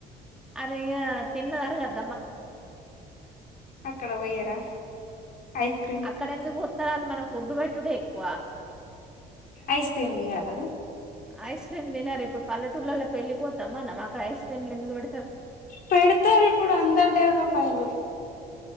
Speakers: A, in the centre; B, on the left (about 55°).
A: అదే తిన్నదర కదు
B: అక్కడ పోయ్యరా ఐస్క్రీమ్
A: అక్కడెందుకు ఉత్తరాలు మనకు ఫుడ్డు పెట్టుడ ఎక్కువ
B: ఐస్ క్రీమ్ తీయరాలు
A: ఐస్ క్రీమ్ తినారు ఇప్పు పల్లటూళ్లలో పళ్లిపోతాం మనం అక్కడ ఐ కీమ్లు ఎందుకు పె
B: పెడతారు ఇప్పుడు అందరు డెవలప్ అయారు